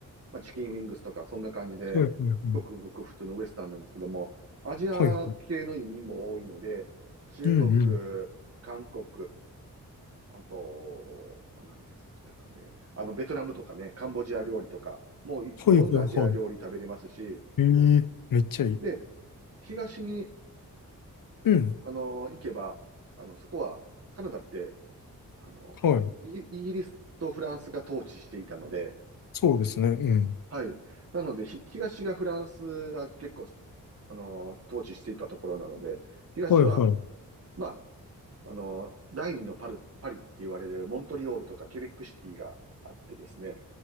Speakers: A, on the right (about 40°); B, on the left (about 65°).
A: まあ、チキンウィングスとか、そんな感じで、
B: はいはいはい。
A: ごくごく普通のウエスタンなんですけども、アジア系の移民も多いので、
B: はいはい。
A: 中国、
B: うんうん。
A: 韓国、あと、何でしたかね。あの、ベトナムとかね、カンボジア料理とか、もうい、
B: はいはいはい。
A: いろんなアジア料理食べれますし、
B: ええ、めっちゃいい。
A: で、東に、
B: うん。
A: あの、行けば、あの、そこは、カナダって、あの、
B: はい。
A: イギイギリスとフランスが統治していたので、
B: そうですね。うん。
A: はい。なので、ひ、東がフランスが結構、あの、統治していたところなので、東は、
B: はいはい。
A: まあ、あの、第二のパル、パリって言われるモントリオールとかケベックシティがあってですね、